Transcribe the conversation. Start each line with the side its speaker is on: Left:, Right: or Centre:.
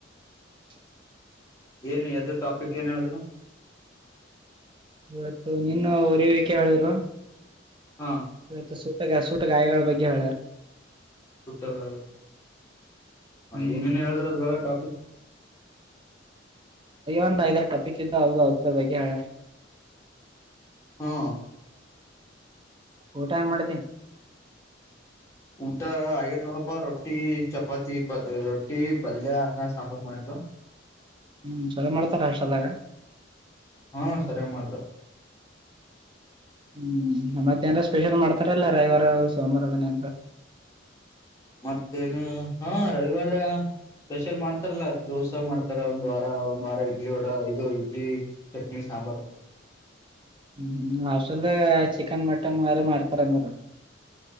Right: <inaudible>
Left: ಏನು ಎದ್ರ ಟಾಪಿಕ್ ಏನ್ ಹೇಳೋುದು್
Right: ಇವತ್ತು ನೀನು ಉರಿವಿಕೆ ಹೇಳಿರು
Left: ಹಾ
Right: ಇವತ್ತು ಸೂಟ ಗಾಯಗಳ ಬಗ್ಗೆ ಹೇಳ್ಯಾರ
Left: ಹುಟ್ಟ ಹ
Right: ಹ್ಮ್
Left: ಏನೇನ್ ಹೇಳುದ್ರ ಅದ್ರೊ ಟಾಪಿಕ್
Right: ಒಂದು್ ಐದರ ಟಾಪಿಕ್ ಇದ್ದ ಅವ ಅವದ್ರ ಬಗ್ಗೆ ಹೇಳಾರ
Left: ಹಾ
Right: ಊಟ ಹೆಂಗ ಮಾಡ್ದ
Left: ಊಟ ಆಗೇತ್ ನೋಡಪ್ಪಾ ರೊಟ್ಟ ರಟ್ಟಿ ಚಪಾತಿ ರೊಟ್ಟಿ ಪಲ್ಯ ಅದನ್ನ ಸಾಂಬಾರು ಮಾಡ್ರು
Right: ಹ್ಮ್ ಚಲ ಮಾಡ್ತಾರ ಶಾಲಾಗ
Left: ಹಾ ಸರ್ಯಾಗ್ ಮಾಡ್ದ
Right: ಹ್ಮ್ ಮತ್ತೇಂದ್ರ ಸ್ಪೆಷಲ್ ಮಾಡ್ತಾರಲ್ಲ ರವಿವಾರ ಸೋಮವಾರದನ ಅಂದ್ರ
Left: ಮತ್ತೇನು ಹಾ ರವಿವಾರ ಸ್ಪೆಷಲ್ ಮಾಡ್ತಾರಲ್ಲ ದೋಸಾ ಮಾಡ್ ಆತರ ಒಂದ್ ವಾರ ಒಂದ್ ವಾರ ಇಡ್ಲಿ ವಡಾ ಇದು ಇಡ್ಲಿ ಚಟ್ನಿ ಸಾಂಬಾರ್ ಮಾಡ
Right: ಹ್ಮ್ ಹಸಲ್ ಚಿಕನ್ ಮಟನ್ ವಾರ ಮಾಡ್ತಾರಂದ್ರ